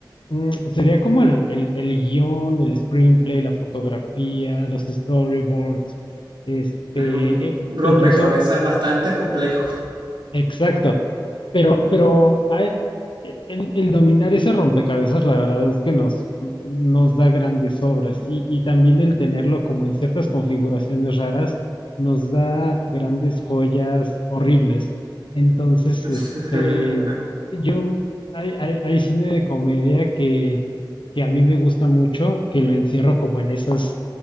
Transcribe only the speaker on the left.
Mm, sería como el, el, el guión, el screenplay, la fotografía, los storyboards, este,
e-
incluso
Exacto. Pero, pero hay- e- el, el dominar ese rompecabezas, la verdad es que nos, nos da grandes obras y, y también el tenerlo como en ciertas configuraciones raras nos da grandes joyas horribles. Entonces,
este, yo, hay, hay, hay cine de comedia que, que a mí me gusta mucho, que lo encierro como en esas,